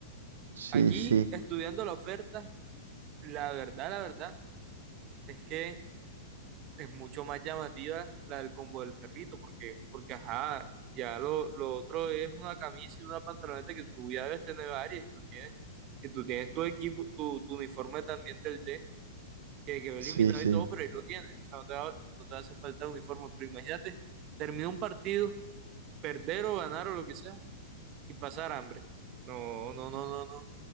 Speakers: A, on the right; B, on the right.
A: Sí,
B: Aquí,
A: sí,
B: estudiando la oferta, la verdad, la verdad, es que es mucho más llamativa la del combo del perrito, porque, porque ajá, ya lo, lo otro es una camisa y una pantaloneta que tú ya debes tener varias, y tú tienes, si tú tienes tu equipo, tu, tu uniforme también del D, que quedó eliminado
A: sí, sí,
B: y todo, pero ahí lo tienes, o sea, no te, va- no te hace falta uniforme, pero imagínate, termina un partido, perder o ganar o lo que sea, y pasar hambre. No, no, no, no, no,